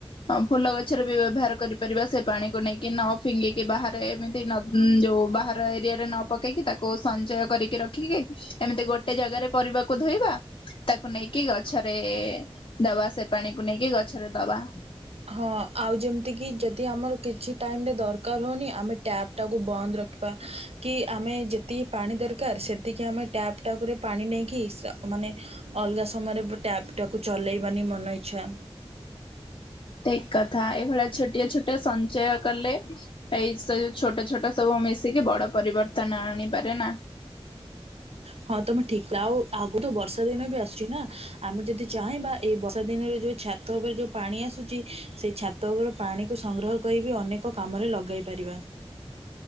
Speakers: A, on the left (about 60°); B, on the right (about 80°).
A: ହଁ ଫୁଲ ଗଛରେ ବି ବ୍ୟବହାର କରିପାରିବା ସେ ପାଣିକୁ ନେଇକି ନ ଫିଙ୍ଗିକି ବାହାରେ ଏମିତି। ଉଁ ଯୋଉ ବାହାର ଏରିଆରେ ନ ପକେଇକି ତାକୁ ସଞ୍ଚୟ କରିକି ରଖିକି। ଏମିତି ଗୋଟେ ଜାଗାରେ ପରିବାକୁ ଧୋଇବା ତାକୁ ନେଇକି ଗଛରେ। ଦବା ସେ ପାଣିକୁ ନେଇକି ଗଛରେ ଦବା
B: ହଁ ଆଉ ଯେମିତିକି ଯଦି ଆମର କିଛି ଟାଇମରେ ଦରକାର ହେଉନି ଆମେ ଟ୍ୟାପ୍ ତାାକୁ ବନ୍ଦ ରଖିବା କି ଆମେ ଯେତିକି ପାଣି ଦରକାର ସେତିକି ଆମେ ଟ୍ୟାପ୍ ତାପରେ ପାଣି ନେଇକି ମାନେ ଅଲଗା ସମୟରେ ଟ୍ୟାପଟାକୁ କୁ ଚଲେଇବାନି ମନ ଇଚ୍ଛା
A: ଠିକକଥା ଏଇଭଳିଆ ଛୋଟିଆ ଛୋଟିଆ ସଞ୍ଚୟ କଲେ ଏଇ ସ ଛୋଟ ଛୋଟ ସବୁ ମିଶିକି ବଡ ପରିବର୍ତ୍ତନ ଆଣିପାରେ ନା
B: ହଁ ତମେ ଠିକ ଆଉ ଆଗରୁ ବର୍ଷା ଦିନ ବି ଆସୁଛି ନା ଆମେ ଯଦି ଚାହଁ ବା ଏଇ ବର୍ଷା ଦିନରେ ଯୋଉ ଛାତ ଉପରେ ଯେଉଁ ପାଣି ଆସୁଛି ସେ ଛାତ ଉପରେ ପାଣିକୁ ସଂଗ୍ରହ କରିବି ଅନେକ କାମରେ ଲଗାଇ ପାରିବା